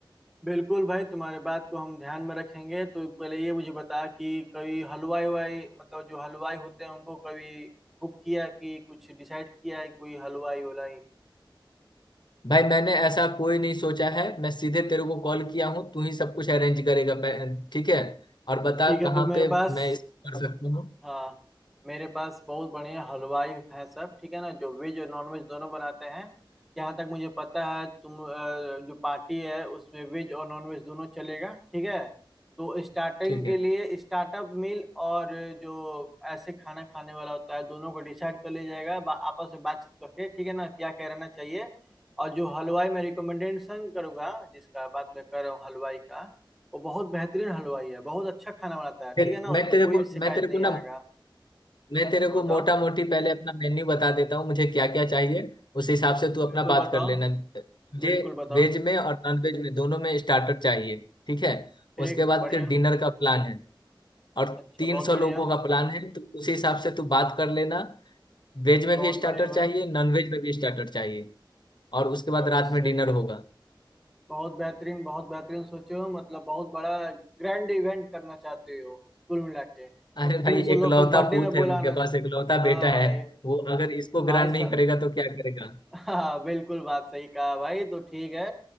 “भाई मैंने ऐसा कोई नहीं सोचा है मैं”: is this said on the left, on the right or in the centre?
Left